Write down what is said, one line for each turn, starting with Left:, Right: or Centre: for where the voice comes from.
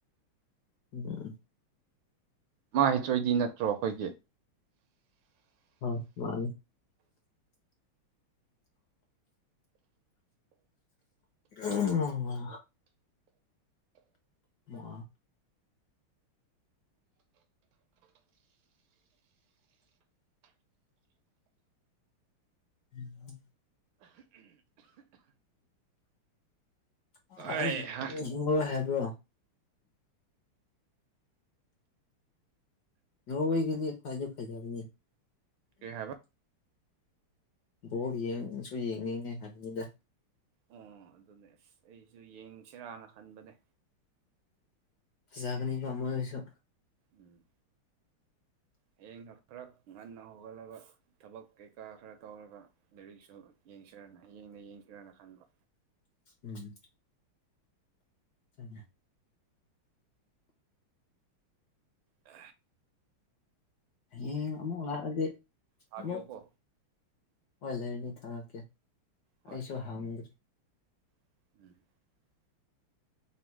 Left: ꯎꯝ
Right: ꯃꯥ ꯍꯩꯇ꯭ꯔꯣꯏꯗꯤ ꯅꯠꯇ꯭ꯔꯣ ꯑꯩꯈꯣꯏꯒꯤ
Left: ꯑꯝ ꯃꯥꯟꯅꯦ ꯎꯍꯨꯝ ꯑ ꯎꯝ <inaudible> ꯑꯈꫭꯏꯁꯤ
Right: ꯍꯣꯏ ꯍꯥ
Left: ꯖꯤꯡꯉꯔꫭꯏ ꯍꯥꯏꯕ꯭ꯔꯣ ꯅꯈꫭꯏꯒꯤꯗꯤ ꯐꯁꯨ ꯐꯖꯕꯅꯦ
Right: ꯀꯩ ꯍꯥꯏꯕ
Left: ꯕꯣꯔ ꯌꯦꯡꯁꯨ ꯌꯦꯡꯅꯤꯡꯉꯦ ꯍꯥꯏꯕꯅꯤꯗ
Right: ꯑꯣ ꯑꯗꯨꯅꯦ ꯑꯩꯁꯨ ꯌꯦꯡꯁꯤꯔꯥꯅ ꯈꯟꯕꯅꯦ
Left: ꯐꯖꯒꯅꯤ ꯀꫭ ꯃꯣꯏꯁꯨ
Right: ꯎꯝ ꯍꯌꯦꯡꯅ ꯈꯔ ꯉꯟꯅ ꯍꯧꯒꯠꯂꯒ ꯊꯕꯛ ꯀꯩꯀꯥ ꯈꯔ ꯇꯧꯔꯒ ꯂꯥꯏꯔꯤꯛꯁꯨ ꯌꯦꯡꯁꯤꯔꯅ ꯍꯌꯦꯡꯗ ꯌꯦꯡꯁꯤꯔꯅ ꯈꯟꯕ
Left: ꯎꯝ ꯆ ꯅꯥ
Right: ꯑ
Left: ꯍꯌꯦꯡ ꯑꯃꯨꯛ ꯂꯥꯛꯑꯗꯤ
Right: ꯊꯥꯕꯤꯌꯣꯀꯣ
Left: ꯑꯃꯨꯛ ꯍꯣꯏ ꯂꯩꯔꯅꯤ ꯊꯥꯔꯛꯀꯦ
Right: ꯍꯣꯏ
Left: ꯑꯩꯁꯨ ꯍꯥꯡꯗꯦ
Right: <inaudible>